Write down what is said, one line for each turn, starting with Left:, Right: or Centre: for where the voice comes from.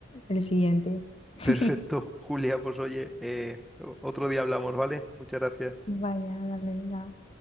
Left: el siguiente.
Centre: <laughs>
Left: <laughs>
Centre: Perfecto, Julia, pues oye, eh, o- otro día hablamos, ¿vale? Muchas gracias.
Left: Vaya, dale, venga.